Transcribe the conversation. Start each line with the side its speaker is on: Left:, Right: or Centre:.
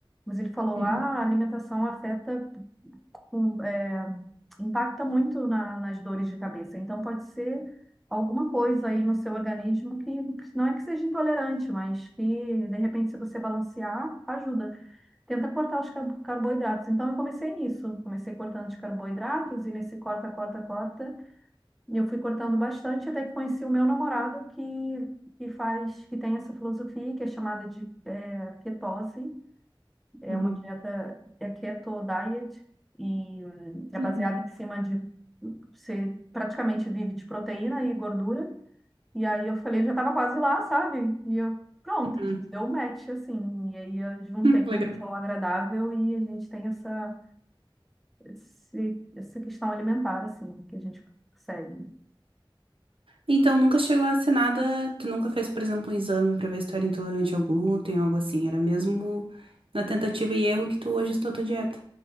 Centre: mas ele falou:
Right: Uhum,
Centre: Ah, a alimentação afeta com- é, impacta muito na- nas dores de cabeça. Então, pode ser alguma coisa aí no seu organismo que não é que seja intolerante, mas que, de repente, se você balancear, ajuda. Tenta cortar os car- carboidratos. Então, eu comecei nisso. Comecei cortando os carboidratos e nesse corta, corta, corta. e Eu fui cortando bastante até que conheci o meu namorado que, que faz, que tem essa filosofia que é chamada de é, ketose é
Right: uhum,
Centre: uma dieta, é keto diet, e hum, é
Right: uhum.
Centre: baseada em cima de, você praticamente vive de proteína e gordura. E aí eu falei, já tava quase lá, sabe? E eu, pronto,
Right: Hum,
Centre: a gente deu um match, assim. E aí eu juntei
Right: hum,
Centre: o
Right: legal.
Centre: útil ao agradável e a gente tem essa, esse, essa questão alimentar, assim, que a gente segue.
Right: Então, nunca chegou a ser nada. Tu nunca fez, por exemplo, um exame pra ver se tu era intolerante ao glúten, ou algo assim. Era mesmo na tentativa e erro que tu ajustou a tua dieta.